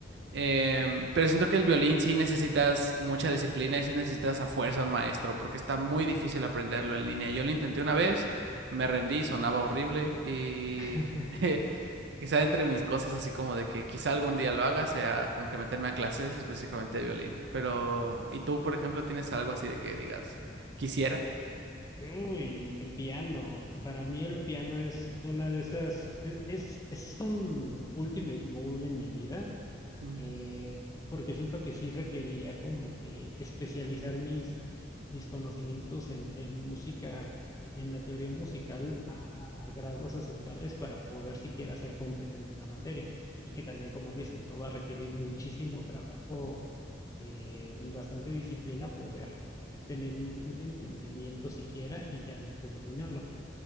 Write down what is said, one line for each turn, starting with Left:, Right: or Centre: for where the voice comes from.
Right: Em, pero siento que el violín sí necesitas mucha disciplina y sí necesitas a fuerza un maestro, porque está muy difícil aprenderlo en línea. Yo lo intenté una vez, me rendí, sonaba horrible y
Left: <laughs>
Right: <laughs> quizá entre mis cosas así como de que quizá algún día lo haga sea como que meterme a clases específicamente de violín. Pero, ¿y tú, por ejemplo, tienes algo así de que digas, quisiera?
Left: Uy, el piano. Para mí el piano es una de esas, e- es, es un ultimate goal en mi vida.
Right: Mm,
Left: eh, porque siento que sí requeriría como que especializar mis, mis conocimientos en, en música, en, en la teoría musical, a, a grados aceptables para poder siquiera ser competente en la materia. Y que también, como dices, ¿no? va a requerir muchísimo trabajo eh, y bastante disciplina poder tener un, un entendimiento siquiera y ya después dominarlo.